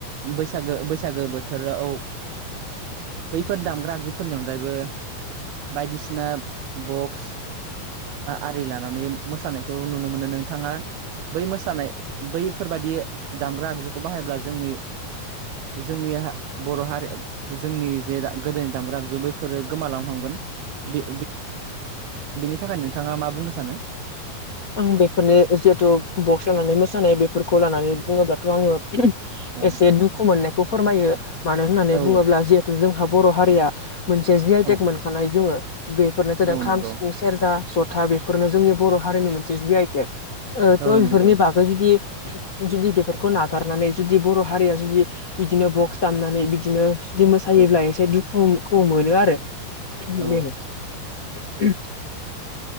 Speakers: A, on the right; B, on the left.
A: बैसागो बैसागो बोथोराव ओ बैफोर दामग्रा आगजुफोरनि अनगायैबो बायदिसिना बक्स आरि लानानै मोसानायखौ नुनो मोनो नोंथाङा बै मोसानाय बैफोरबादि दामग्रा आगजुखौ बाहायोब्ला जोंनि जोंनि बर' हारि जोंनि जे गोदोनि दामग्रा आगजु बैफोरो गोमालांनो हमगोन। बे बेनि थाखाय नोंथाङा मा बुंनो सानो?
B: आं बेफोरनि जिहेथु बक्स लानानै मोसानाय बेफोरखौ लानानै बुङोब्ला थ' आङो
A: औ
B: एसे दुखु मोननायखौ फोरमायो मानो होननानै
A: औ
B: बुङोब्ला जिहेथु जोंहा बर' हारि या मोनसे जि आइे
A: औ
B: मोनखानाय दङ बेफोरनो जादों
A: औ
B: खाम
A: नंगौ
B: सिफुं सेरजा ज था बेफोरनो जोंनि बर' हारिनि मोनसे जि आइ टेक ओ थ'
A: औ
B: बेफोरनि
A: नंगौ
B: बागै जुदि जुदि बेफोरखौ नागारनानै जुदि बर' हारिया जुदि बिदिनो बक्स दामनानै बिदिनो जुदि मोसायोब्ला
A: औ
B: एसे दुखुखौ मोनो आरो
A: औ ओ
B: बेनो। उ <unintelligible>